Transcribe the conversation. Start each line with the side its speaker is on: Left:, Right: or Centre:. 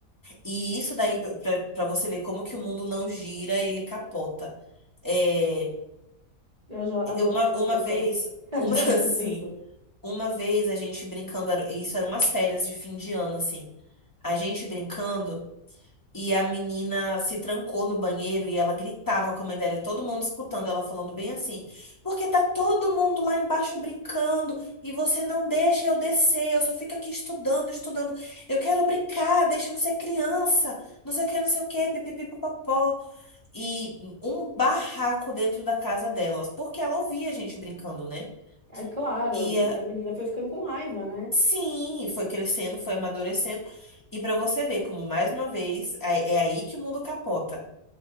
Left: e isso daí para você ver como que o mundo não gira, ele capota. É,
Right: Eu ajo- adoro
Left: eu- uma,
Right: essa expressão.
Left: uma vez,
Right: <laughs> Adoro
Left: uma <laughs>
Right: essa
Left: assim,
Right: expressão.
Left: uma vez a gente brincando, era- isso eram umas férias de fim de ano assim. A gente brincando E a menina se trancou no banheiro e ela gritava com a mãe dela, e todo mundo escutando ela falando bem assim: Porque tá todo mundo lá embaixo brincando e você não deixa eu descer, eu só fico aqui estudando, estudando. Eu quero brincar, deixa eu ser criança, não sei o que, não sei o que, pipipipopopó. E um barraco dentro da casa delas, porque ela ouvia a gente brincando, né?
Right: É claro,
Left: E eh,
Right: e a menina foi ficando com raiva, né?
Left: sim, foi crescendo, foi amadurecendo. E pra você ver como, mais uma vez, é é aí que o mundo capota.